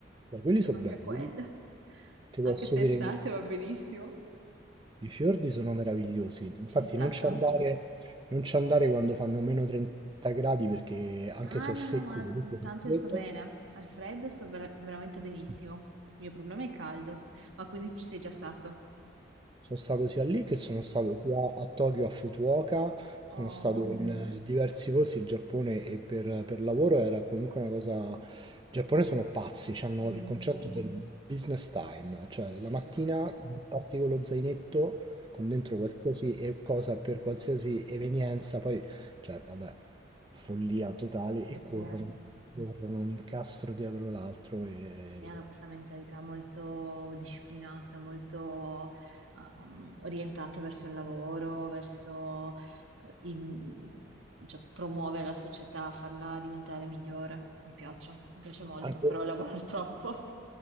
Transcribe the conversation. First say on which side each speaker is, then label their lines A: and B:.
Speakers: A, on the right; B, on the right.
A: Beh,
B: Sto
A: quelli
B: pensando
A: sono
B: anche
A: belli,
B: a quello,
A: quelli- ti
B: anche
A: posso
B: se
A: dire
B: è estate
A: che
B: va benissimo.
A: i fiordi sono meravigliosi. Infatti
B: Ci sei stato?
A: non ci andare, non ci andare quando fanno meno 30 gradi perché anche
B: Ah,
A: se
B: no,
A: è secco
B: no, ma
A: comunque fa
B: tanto
A: freddo.
B: io sto bene. Al freddo sto vera- veramente benissimo.
A: Sì.
B: Il mio problema è il caldo. Ma quindi ci sei già stato?
A: Sono stato sia lì che sono stato sia a Tokyo, a Fukuoka, sono
B: Oh,
A: stato in eh, Mm. diversi posti in Giappone e per, per lavoro era comunque una cosa... In Giappone sono pazzi, hanno
B: mm.
A: il concetto del business time, cioè
B: Sì,
A: la mattina
B: sì, sì.
A: se non parti con lo zainetto, con dentro qualsiasi e- cosa per qualsiasi evenienza, poi, cioè, vabbè, follia totale
B: Sì,
A: e
B: sì.
A: corrono, corrono un incastro dietro l'altro e...
B: Sì, hanno questa mentalità molto disciplinata, molto ehm, orientata verso il lavoro, verso eh, il- cioè, promuovere la società, farla diventare migliore. Mi piace, mi piace molto,
A: Anche...
B: però lavoro <laughs> troppo.